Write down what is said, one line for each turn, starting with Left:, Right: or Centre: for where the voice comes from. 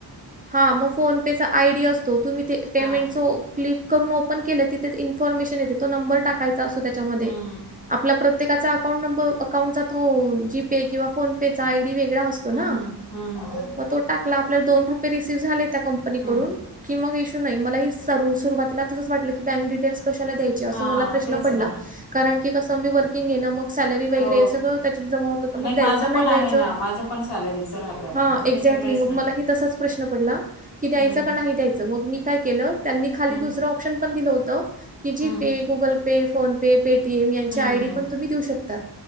Right: हा मग फोन पे चा आयडी असतो तुम्ही ते पेमेंट
Left: हा
Right: जो क्लिक करून ओपन केलं तिथे इन्फॉर्मेशन येते तो नंबर टाकायचा असतो त्याच्यामध्ये
Left: हम्म
Right: आपला प्रत्येकाचा अकाउंट नंबर अकाउंटचा तो जीपे किंवा फोन पेचा आयडी वेगळा असतो. तो
Left: हम्म
Right: ना
Left: हम्म हम्म ह
Right: मग तो टाकला आपल्याला दोन रुपये रिसीव्ह झाले त्या कंपनीकडून
Left: हम्म
Right: की मग इशू नाही मला ही सुरवातीला तसंच वाटलं की बँक डिटेल्स कशाला देऊ की
Left: हा
Right: मला प्रश्न
Left: तेच
Right: पडला
Left: ना
Right: कारण कसं मी वर्किंग आहे ना मग सॅलरी वगैरे
Left: हो
Right: हे सगळं त्याच्यात जमा होतं. तर मग
Left: नाही
Right: द्यायचं,
Left: माझं
Right: नाही
Left: पण
Right: द्यायचं?
Left: आहे ना माझं पण सॅलरीचं राहतं
Right: हां,
Left: ना.
Right: एक्झॅक्टली
Left: त्याच्यामुळेच
Right: मग
Left: ना
Right: मलाही तसाच प्रश्न पडला की द्यायचा
Left: हम्म
Right: का नाही द्यायचं मग मी काय केलं त्यांनी खाली
Left: हम्म
Right: दुसरं ऑप्शन पण दिलं होतं की GPay,
Left: हम्म
Right: Google Pay, PhonePe Paytm यांच्या
Left: हम्म
Right: आयडी पण तुम्ही देऊ शकता